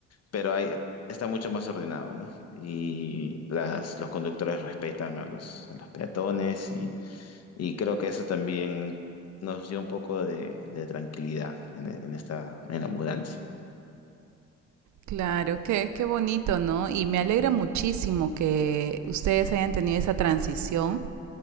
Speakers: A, on the left; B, on the right.
A: pero hay, está mucho más ordenado, ¿no? Y las, los conductores respetan a los, a los peatones y, y creo que eso también nos dio un poco de, de tranquilidad en, en esta, en la mudanza.
B: Claro, qué, qué bonito, ¿no? Y me alegra muchísimo que ustedes hayan tenido esa transición